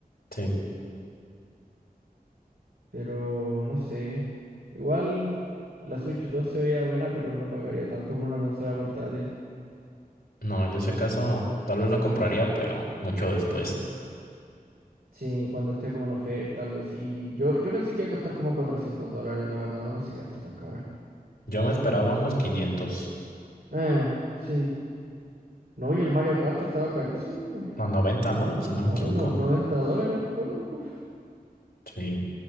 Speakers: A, on the left (about 85°); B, on the right (about 90°).
A: Sí.
B: Pero no sé. Igual la Switch 2 se veía buena, pero no pagaría tanto por una consola portátil.
A: No, yo, si caso tal vez la compraría, pero mucho después.
B: Sí, cuando esté como en oferta, algo así. Yo, yo pensé que iba a costar como 400 dólares, la verdad. No pensé que iba a estar tan cara.
A: Yo me esperaba unos 500,
B: Eh, sí. No, y el Mario Kart estaba carísimo. pues.
A: no, 90, ¿no? Si no me
B: Ah,
A: equivoco.
B: no, 90 dólares el juego. uf.
A: Sí.